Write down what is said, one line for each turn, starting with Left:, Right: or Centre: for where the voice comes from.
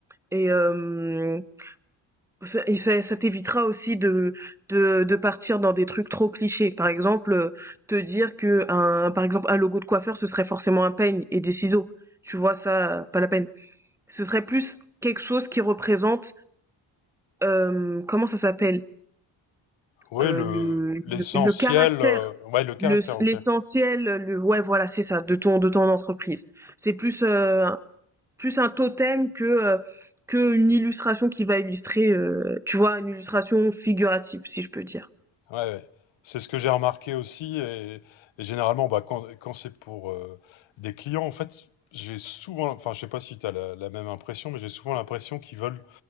Centre: et hem, ça et ça ça t'évitera aussi de de de partir dans des trucs trop clichés. Par exemple, heu, te dire que un par exemple, un logo de coiffeur, ce serait forcément un peigne et des ciseaux. Tu vois? Ça, pas la peine. Ce serait plus quelque chose qui représente, hem, comment ça s'appelle?
Left: Oui,
Centre: Heu,
Left: le,
Centre: le
Left: l'essentiel,
Centre: le le caractère,
Left: euh, ouais, le caractère,
Centre: le
Left: ok.
Centre: l'essentiel, le ouais, voilà, c'est ça, de ton de ton entreprise. C'est plus, heu, plus un totem que, euh, que une illustration qui va illustrer, heu, tu vois? Une illustration figurative, si je peux dire.
Left: Ouais, ouais. c'est ce que j'ai remarqué aussi. Et, et généralement, bah, quand, quand c'est pour euh, des clients, en fait, j'ai souvent, enfin, je sais pas si tu as la, la même impression, mais j'ai souvent l'impression qu'ils veulent,